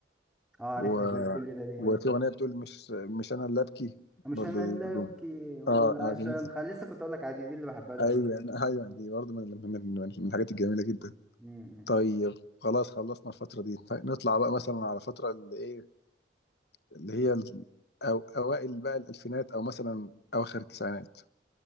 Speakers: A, in the centre; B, on the left.
A: اه عارفها
B: و
A: دي كل ده ليه
B: وفي
A: آه.
B: أغنية بتقول مش مش أنا اللي أبكي
A: مش
B: برضه
A: انا اللي
B: دي بدون
A: ابكي واقول
B: آه آه
A: عشان
B: جميلة
A: خ... لسه كنت اقول لك عادي دي اللي بحبها له
B: أيوه أيوه دي برضه من من من من الحاجات الجميلة جدا
A: قوي
B: طيب خلاص خلصنا الفترة دي طيب نطلع بقى مثلا على فترة اللي إيه اللي هي ال- أو أوائل بقى الألفينات أو مثلا أواخر التسعينات